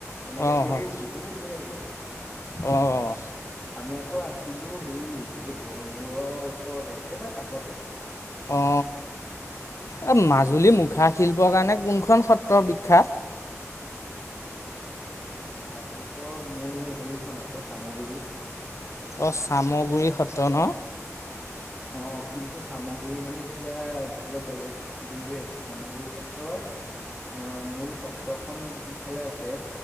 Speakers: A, in the centre; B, on the left (about 65°).
A: তেনেকে
B: অঁ
A: গলো
B: হয়
A: বহুত জেগা গলো
B: অঁ
A: আমি আকৌ আছিলো হেৰিত এই গড় মূৰৰ ওচৰতে একেবাযে কাষতে
B: অ এ মাজুলী মুখ মুখা শিল্পৰ কাৰণে কোনখন সত্ৰ সত্ৰ বিখ্যাত
A: এইটো মুখাশিল্পৰ মূল হেৰিখন আকৌ চামগুৰি
B: অঁ চামগুৰি সত্ৰ ন
A: অ কিন্তু চামগুৰি মানে এতিয়া অলপ বেলেগ হেৰি হৈ আছে চামগুৰি সত্ৰৰ অ মূল সত সত্ৰখন যিফালে আছে